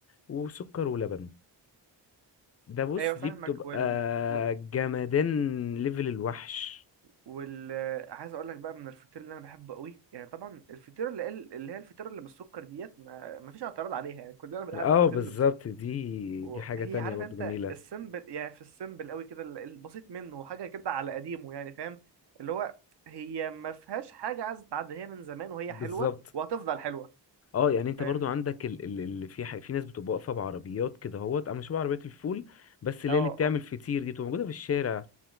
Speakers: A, on the left; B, on the right.
A: وسكر ولبن ده بص
B: ايوه فاهمك
A: دي بتبقى
B: وال و-
A: جمدان ليفل الوحش
B: وال عايز اقول لك بقى من الفطير اللي انا بحبه قوي يعني طبعا الفطير اللي اللي هي الفطيره اللي بالسكر ديت ما ما فيش اعتراض عليها يعني كلنا بنحب
A: اه
B: الفطير
A: بالظبط
B: اللي
A: دي
B: وهي
A: دي حاجه تانية
B: عارف
A: برضو
B: انت
A: جميله
B: السيمبل يعني في السيمبل قوي كده ال- البسيط منه حاجه كده على قديمه يعني فاهم اللي هو هي ما فيهاش حاجه عايزه تتعدى هي من زمان وهي
A: بالظبط
B: حلوه وهتفضل حلوه
A: اه يعني انت
B: فاهم
A: برضو عندك ال- ال- اللي في ح- في ناس بتبقى واقفه بعربيات كده اهوت انا شبه عربيات الفول بس اللي
B: اه
A: هي اللي بتعمل
B: اه
A: فطير دي بتبقى موجوده في الشارع